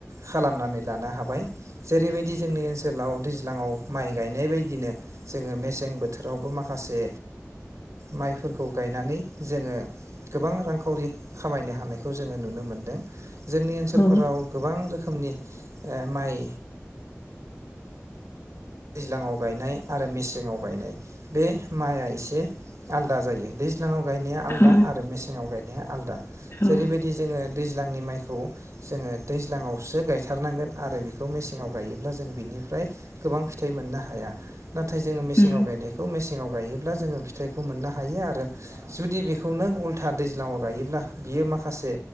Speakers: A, on the right; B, on the left.
A: खालामनानै लानो हाबाय। जेरैबायदि जोंनि ओनसोलाव दैज्लाङाव माइ गायनाय बायदिनो जोंङो मेसें बोथोरावबो माखासे माइफोरखौ गायनानै जोंङो गोबां रांखावरि खामायनो हानायखौ जोंङो नुनो मोनदों जोंनि ओनसोलफोराव
B: औ
A: गोबां रोखोमनि ओ माइ दैज्लाङाव गायनाय आरो मेसेंआव गायनाय बे माइआ एसे आलदा जायो दैज्लाङाव गायनाया आलदा
B: औ
A: आरो मेसे आव गायनाया आलदा
B: औ
A: जेरैबायदि जोंङो दैज्लांनि माइखौ जोंङो दैज्लाङावसो गायथारनांगोन आरो बिखौ मेसेङाव गायोब्ला जों बिनिफ्राय गोबां फि- थाइ मोननो हाया नाथाय जोंङो मेसेङाव
B: उम
A: गनायखौ मेसेंआव गायो अब्ला जोंङो फिथाइखौ मोननो हायो आरो जुदि बेखौनो उल्था दैज्लाङाव गायोब्ला बियो माखासे